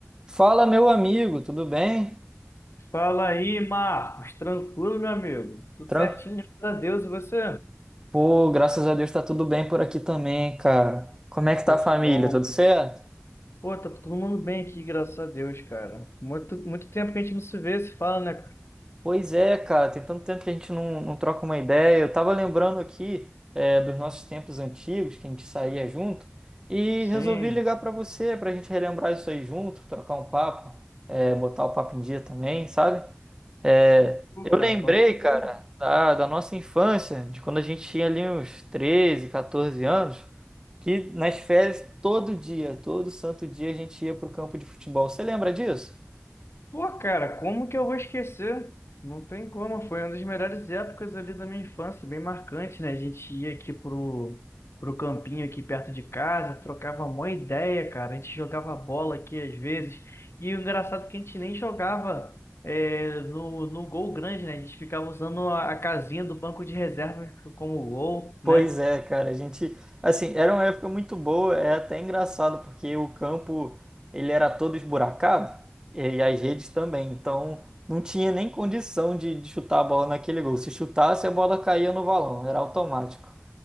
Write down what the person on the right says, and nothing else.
Fala, meu amigo, tudo bem?
Tran...
Pô, graças a Deus tá tudo bem por aqui também, cara. Como é que
tá a família?
Tudo certo?
Pois é, cara, tem tanto tempo que a gente não, não troca uma ideia. Eu tava lembrando aqui, é, dos nossos tempos antigos, que a gente saía junto, e
resolvi ligar pra você, pra gente relembrar isso aí junto, trocar um papo, é, botar o papo em dia também, sabe? É,
eu
lembrei,
cara, da, da nossa infância, de quando a gente tinha ali uns 13, 14 anos. Que nas férias, todo dia, todo santo dia, a gente ia pro campo de futebol. Você lembra disso?
Pois
é, cara, a gente, assim, era uma época muito boa, é até engraçado, porque o campo, ele era todo esburacado, e as redes também, então não tinha nem condição de, de chutar a bola naquele gol. Se chutasse, a bola caía no valão, era automático.